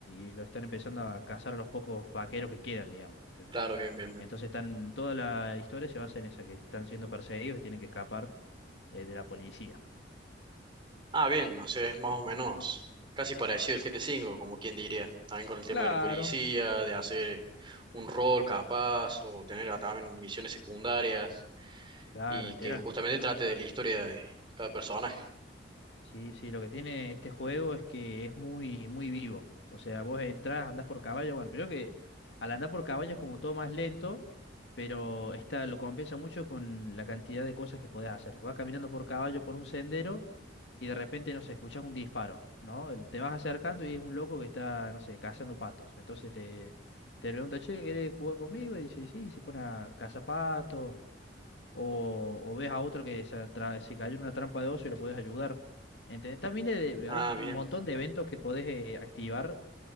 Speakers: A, on the left; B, on the right.
A: y lo están empezando a cazar a los pocos vaqueros que quedan, digamos. ¿entendés?
B: Claro, bien, bien, bien.
A: Entonces están, toda la historia se basa en eso, que están siendo perseguidos y tienen que escapar eh, de la policía.
B: Ah, bien, no sé, es más o menos casi parecido al G T cinco, como quien diría. También con el tema
A: Claro,
B: de la policía, de hacer un rol capaz, o tener ah, también misiones secundarias,
A: claro,
B: y
A: literal.
B: que justamente trate de la historia de cada personaje.
A: Sí, sí, lo que tiene este juego es que es muy, muy vivo. O sea, vos entras, andás por caballo, bueno, creo que al andar por caballo es como todo más lento, pero esta lo compensa mucho con la cantidad de cosas que podés hacer. Vas caminando por caballo por un sendero y de repente, no sé, escuchas un disparo, ¿no? El- Te vas acercando y es un loco que está, no sé, cazando patos. Entonces te, te pregunta, che, ¿querés jugar conmigo? Y dice, sí, y se pone a cazar patos. O, o ves a otro que se, atra- se cayó en una trampa de oso y lo podés ayudar. ¿Entendés? También eh, de-
B: Ah,
A: hay un
B: bien.
A: montón de eventos que podés eh, activar